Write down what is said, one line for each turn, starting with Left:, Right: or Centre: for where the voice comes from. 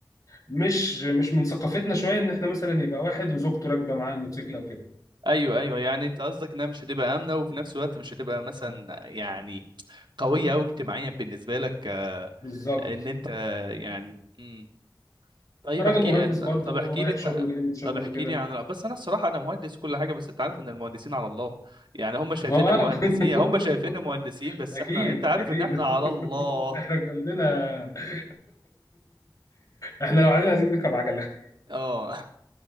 Left: مش مش من ثقافتنا شويه ان احنا مثلا يبقى واحد وزوجته راكبه معاه الموتوسيكل او كده
Right: ايوه ايوه يعني انت قصدك انها مش هتبقى امنه وفي نفس الوقت مش هتبقى مثلا يعني قويه او اجتماعيا بالنسبه لك آه،
Left: بالظبط
Right: ان انت آه، يعني امم. طيب
Left: راجل
Right: احكي
Left: مهندس
Right: انت
Left: برضه
Right: طب احكي
Left: رايح
Right: لي انت
Left: شغله جاي من شغله
Right: طب احكي
Left: كده
Right: لي عن بس انا الصراحه انا مهندس كل حاجه بس انت عارف ان المهندسين على الله يعني هم شايفيننا
Left: ما هو آه.
Right: مهندسين
Left: <laughs>
Right: يعني هم شايفيننا مهندسين بس
Left: اكيد
Right: احنا انت عارف
Left: اكيد
Right: ان احنا
Left: <laughs>
Right: على الله
Left: احنا كلنا <laughs> احنا لو قاعدين عايزين نركب عجله
Right: اه